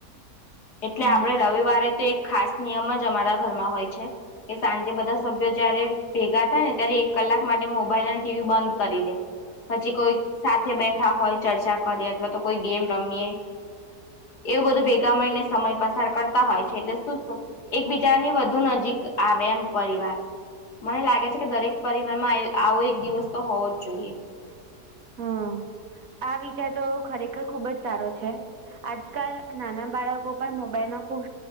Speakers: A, on the left; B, on the right.
A: એટલે
B: હમ
A: આપણે રવિવારે તો એક ખાસ નિયમ જ અમારા ઘરમાં હોય છે. કે સાંજે બધા સભ્યો જયારે ભેગા થાય ને ત્યારે એક કલાક માટે મોબાઈલ અને ટીવી બંધ કરી દે પછી કોઈ સાથે બેઠા હોય ચર્ચા કરીએ અથવા તો કોઈ ગેમ રમીએ. એવું બધું ભેગા મળી ને સમય પસાર કરતા હોય છે એટલે શું એકબીજાની વધુ નજીક આવે એમ પરિવાર મને લાગે છે કે દરેક પરિવારમાં આવો એક દિવસ તો હોવો જ જોઈએ.
B: હમ્મ આ વિચાર તો ખરેખર ખુબ જ સારો છે. આજકાલ નાના બાળકો પણ મોબાઈલનો ખૂબ